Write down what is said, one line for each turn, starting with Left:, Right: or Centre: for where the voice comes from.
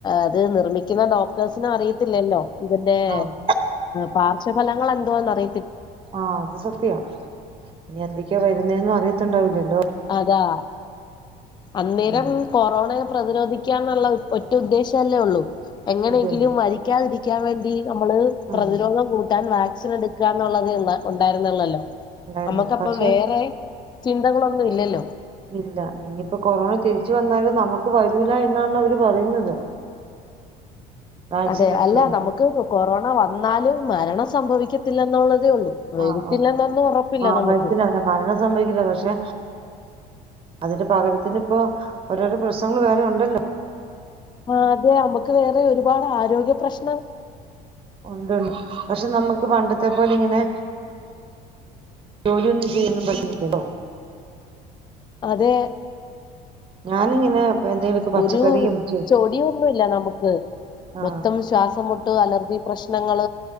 Left: അത് നിർമ്മിക്കുന്ന ഡോക്ടേഴ്സിനും അറിയത്തില്ലല്ലോ ഇതിന്റൊർ
Right: ആഹ്
Left: പ ഫലങ്ങൾ എന്തോന്ന്റിയാം
Right: ആഹ അത് സത്യ ഇനി എന്തക്ക ഒക്കെ വരുന്നും അറിയത്തുണ്ടാവില്ലല്ലോ
Left: അതാ അന്നേരം
Right: ഉം
Left: കൊറോണ പ്രതിരോധിക്കാന്നുള്ള ഒറ്റ ഉദ്ദേശല്ലേ ഉള്ളൂ എങ്ങനെയെങ്കിലും
Right: അതെ
Left: വരിക്കാതിരിക്ക ക്കാൻ വേണ്ടി നമ്മള് പ്രതിരോധം
Right: ആഹ്
Left: കൂട്ടാൻ വാക്സിൻ എടുക്കുക എന്നുള്ളത് ഉണ്ടായിരരുന്നുള്ളല്ലോ
Right: ഉണ്ടായിരുന്നുള്ളു
Left: നമ്മക്കപ്പൊ
Right: പക്ഷെ
Left: വേറെ ചിന്തകളും ഒന്ന ഇല്ലല്ലോ
Right: ഇല്ല ഇനിയിപ്പോ കൊറോണ തിരിച്ച വന്നല് നമുക്ക് വരൂല എന്നാണ് അവര് പറയുന്നത് വാക്സിൻ
Left: അതെ
Right: എടുത്തോണ്ട്
Left: അല്ല നമുക്ക് കൊറോണ വന്നാലും മരണം സംഭവിക്കത്തില്ല എന്നുള്ളതേ ഉള്ളൂ വഴത്തില്ല
Right: ആഹ്
Left: എന്നൊന്നും ഉറപ്പില്ല
Right: ആ
Left: നമുക്ക്
Right: വയറ്റിലാണ് മരണം സംഭവിക്കില്ല പക്ഷെ അതിന്റെ പകരത്തിന് ഇപ്പോ ഓരോരോ പ്രശ്നങ്ങൾ വേറെ ഉണ്ടല്ലോ
Left: ആ അതെ നമുക്ക് വേറെ ഒരുപാട് ആരോഗ്യ പ്രശ്നം
Right: ഉണ്ടണ്ട് പക്ഷെ നമ്മുക്ക് പണ്ടത്തെ പോലെ ഇങ്ങനെ ജോലിയൊന്നും ചെയ്യും പറ്റില്ലല്ലോ
Left: അതെ
Right: ഞാനിങ്ങനെ എന്തെങ്കിലുമൊക്കെ പച്ചക്കറിയും
Left: ഒരു
Right: ചെ-
Left: ചെടിന്നുമല്ല നമുക്ക്
Right: ആ
Left: മൊത്തം ശ്വാസം മുട്ട അലർജി പ്രശ്നം ങ്ങൾ